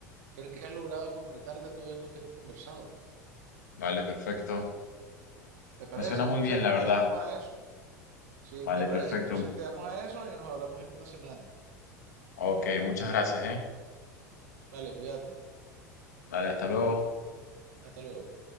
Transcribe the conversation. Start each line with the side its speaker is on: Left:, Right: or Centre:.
Right: ver qué has logrado concretar de todo esto que hemos conversado.
Left: vale, perfecto.
Right: ¿Te parece?
Left: Me suena
Right: Entonces
Left: muy bien, la
Right: quedamos
Left: verdad.
Right: a eso. Sí,
Left: Vale,
Right: me parece.
Left: perfecto.
Right: Entonces quedamos a eso y nos hablamos en una semana.
Left: Ok, muchas gracias, ¿eh?
Right: Vale, cuídate.
Left: Vale, hasta luego.
Right: Hasta luego.